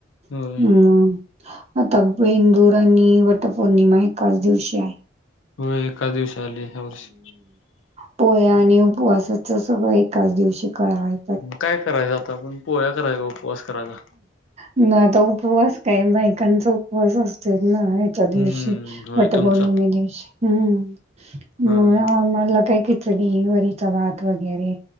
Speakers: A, on the left; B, on the right.
A: होय
B: हम्. आता बेंदूर आणि वटपौर्णिमा एकाच दिवशी आहे.
A: हो एका दिवशी आली आहे यावर्षी.
B: पोळी आणि उपवासाचं सगळं एकाच दिवशी कराय
A: मग काय करायचं आता आपण पोळ्या करायचा उपवास करायला.
B: ना आता उपवास काय बाईकांचा उपवास असते ना. त्या दिवशी
A: हम्म होय
B: वटपौर्णिमेदिवशी.
A: तुमचा
B: हम्म
A: होय
B: मग मला काही तरी वरीचा भात वगैरे